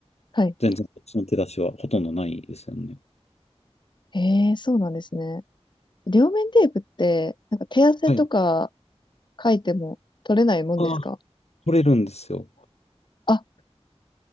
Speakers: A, on the left; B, on the left.
A: はい。
B: 全然こっちの手出しはほとんどないですよね。
A: ええー、そうなんですね。両面テープって、なんか手汗とか
B: はい。
A: 書いても取れないもんですか
B: ああ、取れるんですよ。
A: あ、